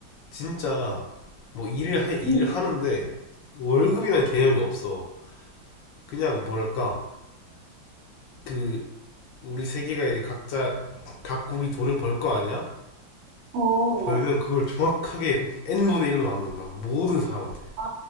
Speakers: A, on the left; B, on the right.
A: 진짜 뭐 일을 해, 일을
B: 음.
A: 하는데 월급이란 개념이 없어. 그냥 뭐랄까 그 우리 세계가 이제 각자 각국이 돈을 벌 거 아니야?
B: 어,
A: 벌면 그걸 정확하게 n분의 1로 나누는 거야 모든 사람한테
B: 아,